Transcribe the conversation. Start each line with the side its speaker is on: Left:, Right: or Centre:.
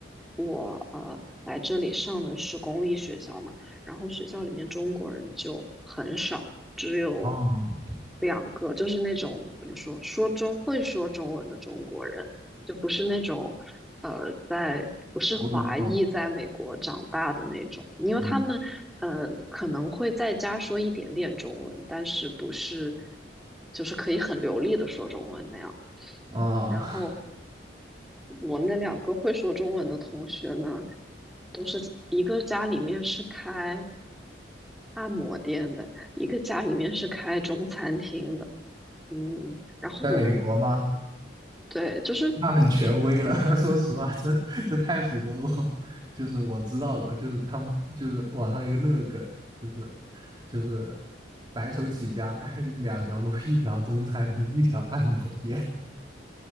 Centre: 我呃来这里上的是公立学校嘛，然后学校里面中国人就很少。只有
Right: 啊，
Centre: 两个，就是那种怎么说，说中会说中文的中国人，就不是那种呃在不是华裔在美国长大的那种，
Right: 我懂，我懂。
Centre: 因为他们呃可能会在家说一点点中文，
Right: 嗯，
Centre: 但是不是就是可以很流利的说中文那样。
Right: 啊、
Centre: 然后我那两个会说中文的同学呢，都是一个家里面是开按摩店的，一个家里面是开中餐厅的。嗯，然后我们
Right: <laughs> 在美国吗？
Centre: 对，就是
Right: 那很权威了，<laughs> 说实话，这这太符合我，就是我知道的，就是他们就是网上一个热梗，就是就是白手起家 <laughs> 两条路，一条中餐厅，一条按摩店。